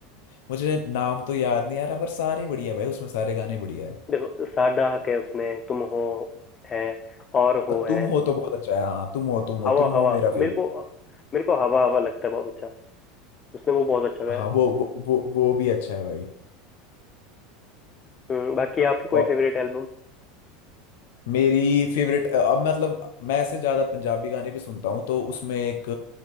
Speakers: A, on the left; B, on the left.
A: मुझे नाम तो याद नहीं आ रहा पर सारे बढ़िया भाई उसमें सारे गाने बढ़िया है
B: देखो साडा हक है उसमें तुम हो है और हो
A: और
B: है
A: तुम हो तो बहुत अच्छा है हाँ तुम हो तुम हो
B: हवा
A: तुम
B: हवा
A: हो मेरा
B: मेरे
A: फेवरेट
B: को
A: है
B: मेरे को हवा हवा लगता है बहुत अच्छा उसने वो बहुत अच्छा गाया
A: हाँ
B: है
A: वो वो वो, वो भी अच्छा है भाई
B: हम्म, बाकी आपकी कोई
A: और
B: फेवरेट एल्बम
A: मेरी फेवरेट अब मतलब मैं ऐसे ज़्यादा पंजाबी गाने भी सुनता हूँ तो उसमें एक